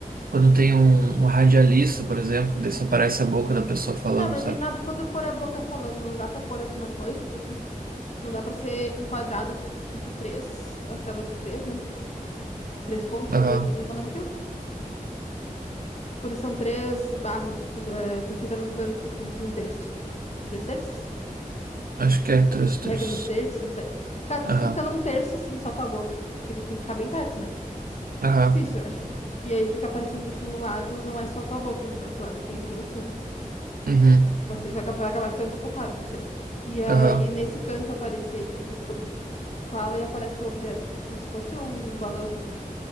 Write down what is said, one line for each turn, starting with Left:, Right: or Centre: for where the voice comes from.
Right: quando tem um, um radialista, por exemplo, daí só
Left: uhum.
Right: aparece a boca da pessoa falando,
Left: Tá, mas
Right: sabe?
Left: e na, quando for a boca falando, não dá pra pôr alguma coisa? Tipo, t- não dá pra ser enquadrado, tipo, três, aquela de três, né? Três pontos,
Right: Aham,
Left: aquele. Como é que é o nome aquilo? Quando são três barras, quando, é, tu fica num canto, assim, um terço. Três terços?
Right: acho que é thrusters.
Left: dos, regra dos terços, não sei. Ficar,
Right: Aham,
Left: tu fica num terço assim, só tua boca, porque ele tem que ficar bem perto, né?
Right: aham,
Left: Difícil, eu acho. E aí fica aparecendo assim, o lado não é só tua boca, no caso do lado tem, tem o fundo.
Right: uhum,
Left: Pode ser, vai acabar, vai acabar ficando desfocado, não sei. E aí
Right: aham.
Left: nesse canto aparecer, tipo, co- tu fala e aparece o objeto, como se fosse um balão, assim. Como